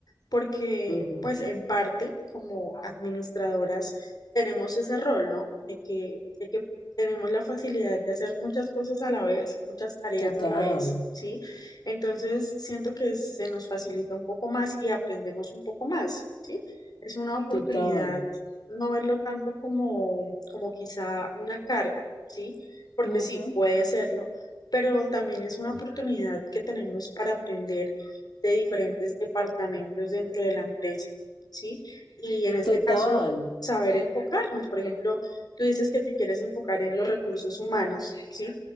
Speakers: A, on the left; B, on the left.
A: porque
B: ujú.
A: pues en parte como administradoras tenemos ese rol, ¿no? De que, de que tenemos la facilidad de hacer muchas cosas a la vez, muchas tareas
B: Total,
A: a la vez, ¿sí? Entonces siento que se nos facilita un poco más y aprendemos un poco más, ¿sí? Es una oportunidad
B: total,
A: no verlo tanto como, como quizá una carga, ¿sí? Porque
B: Ujú.
A: sí, puede serlo, pero también es una oportunidad que tenemos para aprender de diferentes departamentos dentro de la empresa, ¿sí? Y en este
B: total.
A: caso, saber enfocarnos. Por ejemplo, tú dices que te quieres enfocar en los recursos humanos, ¿sí?